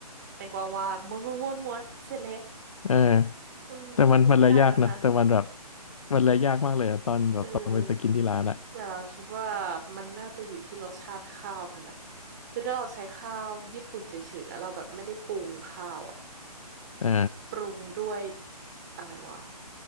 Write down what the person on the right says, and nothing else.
แตงกวาวางม้วนม้วนม้วนม้วนเสร็จแล้ว
อืมแค่นี้ก็ได้แล้วนะ
เออแต่เราคิดว่ามันน่าจะอยู่ที่รสชาติข้าวนั่นแหละคือถ้าเราใช้ข้าวญี่ปุ่นเฉยๆแล้วเราแบบไม่ได้ปรุงข้าวอ่ะ
ปรุงด้วยอะไรวะ